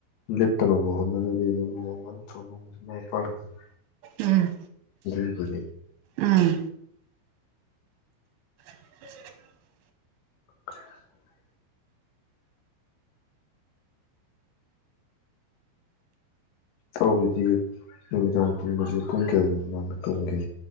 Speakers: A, on the left (about 80°); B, on the right (about 75°).
A: ꯂꯦꯞꯇꯅꯕ ꯍꯣꯠꯅꯔꯗꯤ ꯑꯗꯨꯝ ꯅꯣꯡꯃ ꯅ ꯃꯥꯏ ꯄꯥꯛꯂꯛꯀꯅꯤ
B: ꯎꯝ
A: ꯜꯕꯨꯔꯗꯤ
B: ꯎꯝ <inaudible>
A: <inaudible> ꯇꯧꯔꯤꯗꯤ ꯅꯨꯃꯤꯗꯥꯡ ꯇꯨꯝꯕꯁꯤ ꯄꯨꯡ ꯀꯌꯥꯒꯤ ꯃꯃꯥꯡꯗ ꯇꯨꯝꯒꯦ